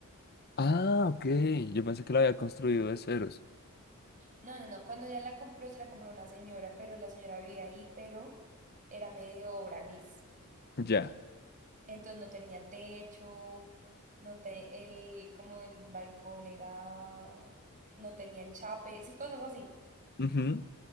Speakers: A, on the left; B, on the right.
A: Ah,
B: como...
A: ok. Yo pensé que lo había construido de ceros.
B: No, no, no, cuando ya la compró se la compró una señora, pero la señora vivía ahí, pero era medio obra gris.
A: Ya.
B: Entonces no tenía techo, no te, el, como el balcón era, no tenía enchape, sí, cosas así.
A: Ujú,